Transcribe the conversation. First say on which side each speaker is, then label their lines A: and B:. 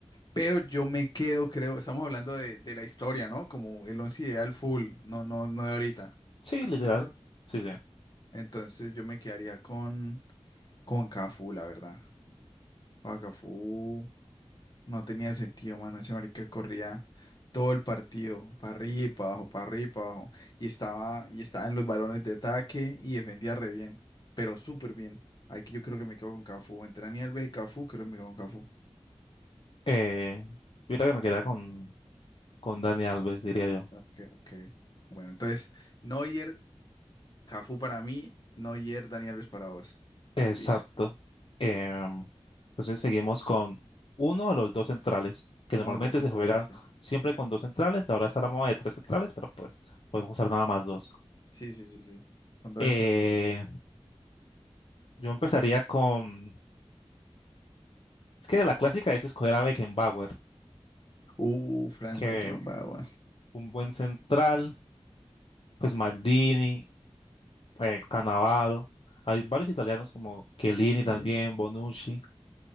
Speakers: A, on the left; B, on the left.
A: Pero yo me quedo, creo, estamos hablando de, de la historia, ¿no? Como el once ideal full, no, no, no de ahorita,
B: Sí, literal.
A: ¿cierto?
B: Sí, sí.
A: Entonces yo me quedaría con, con Cafú, la verdad. Con Cafú. No tenía sentido, mano. Ese marica corría todo el partido, para arriba y para abajo, para arriba y para abajo. Y estaba, y estaba en los balones de ataque y defendía re bien, pero súper bien. Ahí que yo creo que me quedo con Cafú. Entre Dani Alves y Cafú, creo que me quedo con Cafú.
B: Eh, yo creo que me quedaría con, con Dani Alves, diría yo.
A: Ok, ok. Bueno, entonces, Neuer, Cafú para mí, Neuer, Dani Alves para vos.
B: Exacto.
A: Listo.
B: Em, entonces seguimos con uno de los dos centrales, que normalmente
A: Uno, dos centrales,
B: se juega
A: sí.
B: siempre con dos centrales. Ahora está la moda de tres centrales, pero pues podemos usar nada más dos.
A: Sí, sí, sí, sí. Con dos
B: Eh,
A: está bien.
B: yo empezaría con Es que la clásica es escoger a Beckenbauer,
A: Uh, Franz
B: que
A: Beckenbauer.
B: un buen central, pues Maldini, eh, Cannavaro. Hay varios italianos como Chiellini
A: Sí.
B: también, Bonucci.